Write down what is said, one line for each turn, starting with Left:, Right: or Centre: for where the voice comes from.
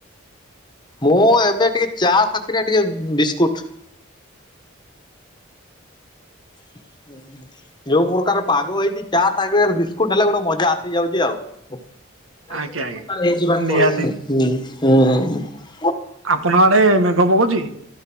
Left: ମୁଁ ଏବେ ଟିକେ ଚା ସାଥିରେ ଟିକେ ବିସ୍କୁଟ। <inaudible> ଯୋଉ ମୁରକାର ପାଗ ହେଇଛି, ଚା ସାଙ୍ଗରେ ବିସ୍କୁଟ ହେଲେ ଗୋଟେ ମଜା ଆସିଯାଉଛି ଆଉ। କା
Right: ଆଜ୍ଞା ଆଜ୍ଞା
Left: ହେଇଯ
Right: ନିହାତି
Left: ହୁଁ <unintelligible>
Right: ଆପଣଙ୍କ ଆଡେ ମେଘ ପକଉଛି?